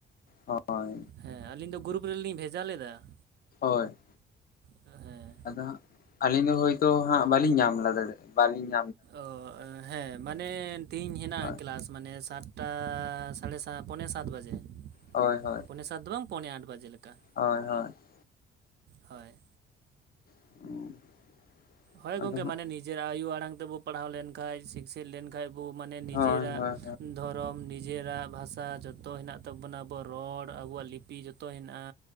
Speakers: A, on the left (about 50°); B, on the right (about 55°).
A: ᱦᱳᱭ
B: ᱦᱮᱸ ᱟᱹᱞᱤᱧ ᱫᱚ ᱜᱨᱩᱯ ᱨᱮᱞᱤᱧ ᱵᱷᱮᱡᱟ ᱞᱮᱫᱟ ᱾
A: ᱦᱳᱭ ᱾
B: ᱦᱮᱸ᱾
A: ᱟᱫᱚ ᱦᱟᱸᱜ ᱟᱹᱞᱤᱧ ᱫᱚ ᱦᱳᱭᱛᱳ ᱦᱟᱸᱜ ᱵᱟᱹᱞᱤᱧ ᱧᱟᱢ ᱞᱮᱫ ᱵᱟᱞᱤᱧ
B: ᱚ ᱦᱮᱸ ᱢᱟᱱᱮ ᱛᱦᱤᱧ ᱦᱮᱱᱟᱜ-ᱟ
A: ᱦᱳᱭ
B: ᱠᱮᱞᱟᱥ᱾ ᱢᱟᱱᱮ ᱥᱟᱛᱴᱟ ᱥᱟᱲᱮᱥᱟ ᱯᱚᱱᱮ ᱥᱟᱛ ᱵᱟᱡᱮ ᱾
A: ᱦᱳᱭ ᱦᱳᱭ ᱾
B: ᱯᱚᱱᱮ ᱥᱟᱛ ᱫᱚ ᱵᱟᱝ ᱯᱚᱱᱮ ᱟᱴ ᱵᱟᱡᱮ ᱞᱮᱠᱟ ᱾
A: ᱦᱳᱭ ᱦᱳᱭ ᱾
B: ᱦᱳᱭ ᱾
A: <unintelligible>
B: ᱦᱳᱭ
A: ᱟᱫᱚ
B: ᱜᱚᱝᱠᱮ
A: ᱦᱟᱸᱜ
B: ᱢᱟᱱᱮ ᱱᱤᱡᱮᱨᱟᱜ ᱟᱭᱳ ᱟᱲᱟᱝ ᱛᱮᱵᱚ ᱯᱟᱲᱦᱟᱣ ᱞᱮᱱᱠᱷᱟᱡ ᱥᱤᱠᱥ ᱞᱮᱱ ᱠᱷᱟᱡ ᱵᱚ ᱢᱟᱱᱮ ᱱᱤᱡᱮᱨᱟᱜ
A: ᱦᱳᱭ ᱦᱳᱭ
B: ᱫᱷᱚᱨᱚᱢ ᱱᱤᱡᱮᱨᱟᱜ ᱵᱷᱟᱥᱟ ᱡᱚᱛᱚ ᱦᱮᱱᱟᱜ ᱛᱟᱵᱚᱱᱟ ᱟᱵᱚᱣᱟᱜ ᱨᱚᱲ ᱟᱵᱚᱣᱟᱜ ᱞᱤᱯᱤ ᱡᱚᱛᱚ ᱦᱮᱱᱟᱜ-ᱟ᱾